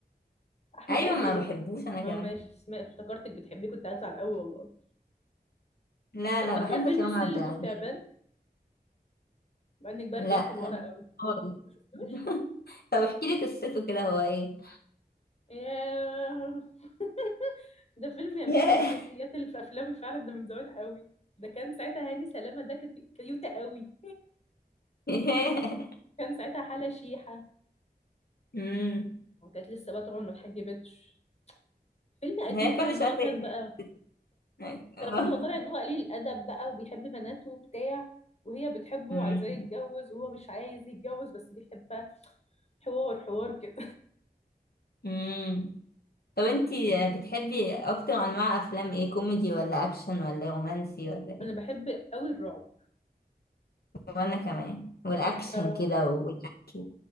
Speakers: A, on the left; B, on the left.
A: احمد
B: ايوه
A: عز
B: ما
A: اكس
B: بحبوش انا
A: ما
B: كمان
A: هو ماشي اسماء افتكرتك بتحبيه كنت هزعل قوي والله
B: لا
A: طب
B: لا
A: فاكره
B: بحب
A: فيلم
B: كريم
A: السلم
B: عبد العزيز
A: والتعبان مع انك بقى
B: لا
A: رجعت لورا قوي
B: خالص
A: ما شفتوش
B: <laughs> طب احكي لي قصته كده هو ايه
A: ياه <laughs> ده فيلم يا بنتي
B: ياه
A: اساسيات اللي في افلام فعلا ده من زمان قوي ده كان ساعتها هاني سلامه ده كانت كيوته قوي
B: ياه
A: كان ساعتها حاله شيحه
B: امم
A: وكانت لسه بقى طبعا ما اتحجبتش فيلم قديم
B: ما <laughs> هي كل
A: كده ان
B: شوية
A: هو
B: تقلق.
A: كان بقى
B: <laughs>
A: كان
B: آه.
A: المفروض هو طالع ان هو قليل الادب بقى وبيحب بناته وبتاع وهي بتحبه
B: مم.
A: وعايزاه يتجوز وهو مش عايز يتجوز بس بيحبها حوار حوار كده
B: مم. طب انتي بتحبي اكتر انواع افلام ايه كوميدي ولا اكشن ولا رومانسي
A: <laughs>
B: ولا
A: انا
B: ايه
A: بحب قوي الرعب
B: وانا كمان والاكشن
A: بصراحه
B: كده والاكل